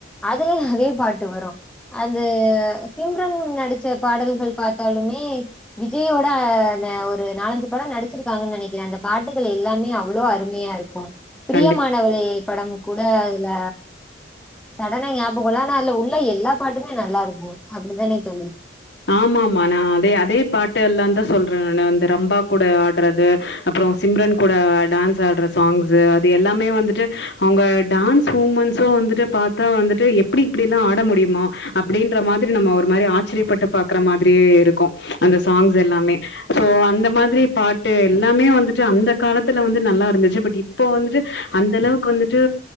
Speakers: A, in the centre; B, on the left.
A: அதுலயு அதே பாட்டு வரு அது சிம்ரன் நடிச்ச பாடல்கள் பாத்தாலுமே விஜய்யோட ஒரு நாலஞ்சு படோ நடிச்சிருக்காங்க நனைக்கிறே அந்த பாட்டுகள் எல்லாமே அவ்ளோ அருமையா இருக்கு பிரியமானவளே
B: கண்டிப்பா
A: படம் கூட அதுல சடனா ஞாபக இல்ல ஆனா அதுல உள்ள எல்லா பாட்டுமே நல்லா இருக்கு அப்டிதானே தோழி
B: ஆமா ஆமா நா அதே அதே பாட்டு எல்லாந்தா சொல்றே ந வந்து ரம்பா கூட ஆடுறது அப்புறோ சிம்ரன் கூட டான்ஸ் ஆடுற சாங்ஸ் அது எல்லாமே வந்துட்டு அவுங்க டான்ஸ் மூமெண்ட்ஸ்ஸு வந்துட்டு பாத்தா வந்துட்டு எப்டி இப்படில்லா ஆட முடியுமா அப்டின் ற மாதிரி நம்ம ஒரு மாரி ஆச்சரியப்பட்டு பாக்குற மாதிரியே இருக்கு அந்த சாங்ஸ் எல்லாமே சோ அந்த மாதிரி பாட்டு எல்லாமே வந்துட்டு அந்த காலத்துல வந்து நல்லா இருந்துச்சு பட் இப் போ வந்துட்டு அந்த அளவுக்கு வந்துட்டு